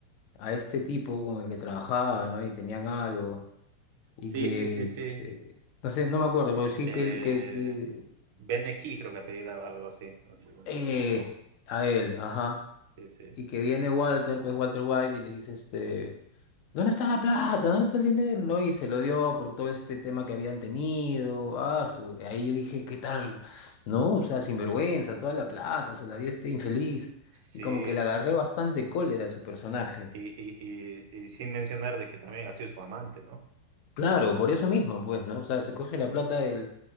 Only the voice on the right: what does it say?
sí,
sí, sí, sí.
Eh,
Beneki creo que apellida o algo así. no sé, no
sé.
Sí, sí.
Sí,
y, y, y- y sin mencionar de que también ha sido su amante, ¿no?
Sí.